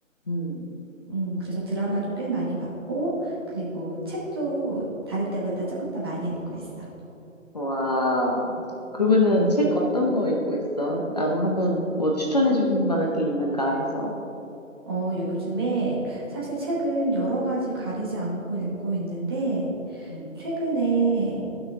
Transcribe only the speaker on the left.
음.
와. 그러면은
책 어떤 거 읽고 있어? 나도 한번 뭐 추천해 줄 만한 게 있는가 해서.
음.